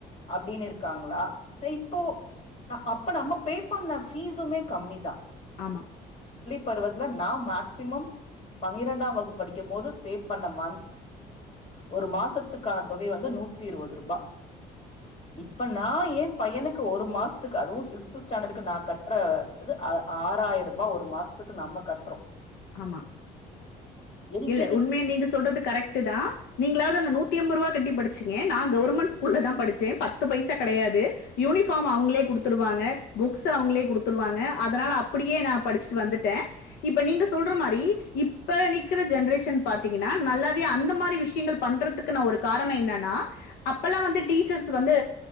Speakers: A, on the left; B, on the left.
A: அப்டின்னு இருக்காங்களா இப்போ அப்போ நம்ம பே பண்ண பீஸுமே கம்மிதா <inaudible>
B: ஆமா
A: பருவத்துல நா மேக்சிமம் பன்னிரெண்டாம் வகுப்பு படிக்கும்போது பே பண்ண மந்த் ஒரு மாசத்துக்கான தொகை வந்து நூத் தி இருவது ரூபா இப்ப நா ஏ பையனுக்கு ஒரு மாசத்துக்கு அதுவு சிகஸ்த்து ஸ்டேண்டடுக்கு நா கட்டுறது ஆறாயிரூபா ஒரு மாசத்துக்கு நம்ம கட்றோ
B: ஆமா
A: எல்கேஜி
B: இல்ல உண்மையா நீங்க சொல்றது கரெக்ட்டுதா நீங்களாவது அந்த நூத்தி ஐம்பதுரூபாக் கட்டி படிச்சீங்க நாங் கவுர்மென்ட் ஸ்கூல்லதா படிச்சே பத்து பைசா கெடையாது யூனிப்பார்ம் அவங்களே குடுத்துருவாங்க புக்சு அவங்களே குடுத்துருவாங்க அதனால அப்புடியே நா புடுச்சுட்டு வந்துட்ட இப்ப நீங்க சொல்ற மாரி இப்ப நீ இருக்குற ஜென்றேசன் பார்த்தீங்கன்னா நல்லாவே அந்த மாரி விஷ்யங்கள் பண்றதுக்கு ஒரு காரணோ என்னன்னா அப்பல்லா வந்து டீச்சர்ஸ் வந்து